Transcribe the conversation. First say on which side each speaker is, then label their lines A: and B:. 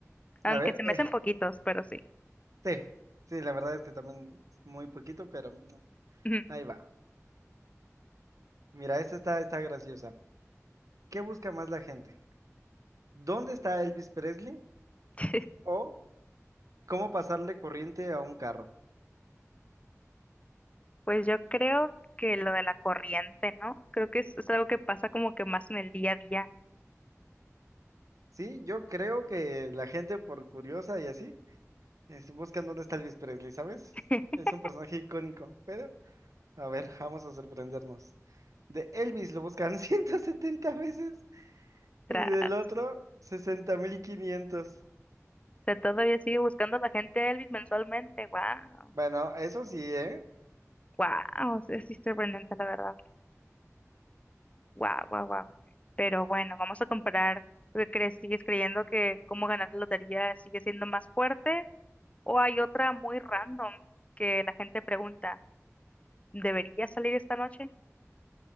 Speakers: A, on the left; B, on the right.
A: Aunque
B: A ver,
A: se me
B: eh,
A: hacen poquitos, pero sí.
B: sí, sí, la verdad es que también es muy poquito, pero mm,
A: Ujú.
B: ahí va. Mira, esta está, está graciosa. ¿Qué busca más la gente? ¿Dónde está Elvis Presley?
A: <laughs>
B: ¿O cómo pasarle corriente a un carro?
A: Pues yo creo que lo de la corriente, ¿no? Creo que es, es algo que pasa como que más en el día a día.
B: Sí, yo creo que la gente por curiosa y así, es, buscan dónde está Elvis Presley, ¿sabes?
A: <laughs>
B: Es un personaje icónico, pero a ver, vamos a sorprendernos. De Elvis lo buscan <laughs> 170 veces.
A: Tras.
B: Y del otro, sesenta mil quinientos
A: O sea, todavía sigue buscando la gente a Elvis mensualmente. Wow.
B: Bueno, eso sí, ¿eh?
A: Wow. Es, es sorprendente, la verdad. Wow, wow, wow. Pero bueno, vamos a comparar. ¿Tú qué crees? ¿Sigues creyendo que cómo ganar la lotería sigue siendo más fuerte? ¿O hay otra muy random que la gente pregunta, ¿debería salir esta noche?